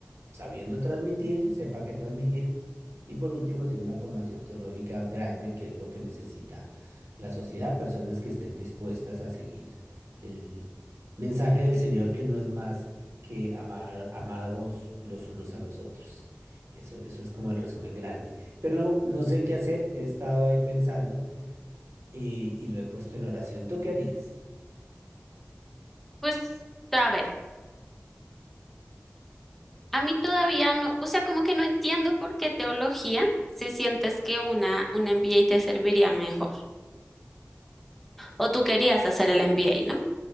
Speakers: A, on the right; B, in the centre.
A: sabiendo transmitir, sepa qué transmitir. Y por último, tiene una formación teológica grande, que es lo que necesita la sociedad, personas que estén dispuestas a seguir el mensaje del Señor, que no es más que amar, amaros los unos a los otros. Y eso, eso es como el resumen grande. Pero no sé qué hacer, he estado ahí pensando y, y lo he puesto en oración. ¿Tú qué harías?
B: pues a ver, a mí todavía no, o sea, como que no entiendo por qué teología si sientes que una un MBA te serviría mejor. O tú querías hacer el MBA, ¿no?